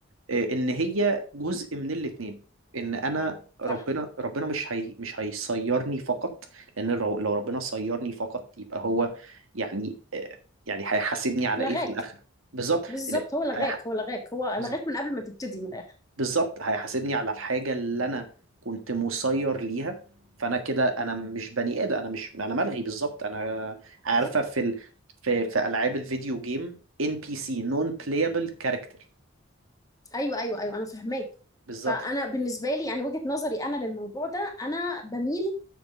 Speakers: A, on the right; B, on the left.
A: آه، ان هي جزء من الاتنين ان انا ربنا
B: صح
A: ربنا مش هي مش هيصيرني فقط لان لو لو ربنا صيرني فقط يبقى هو يعني آه، يعني هيحاسبني على
B: لغاك
A: ايه في الاخره بالظبط
B: بالظبط
A: لا،
B: هو لغاك
A: هيح-
B: هو لغاك هو لغاك
A: بز-
B: من قبل ما تبتدي من الاخر
A: بالظبط هيحاسبني على الحاجه اللي انا كنت مسير ليها فانا كده انا مش بني ادم انا مش انا ملغي بالظبط انا عارفه
B: بالظبط
A: في ال... في في العاب الفيديو جيم ان بي سي نون بلايبل كاركتر
B: ايوه ايوه ايوه انا فهماك
A: بالظبط
B: فانا بالنسبه لي يعني وجهه نظري انا للموضوع ده انا بميل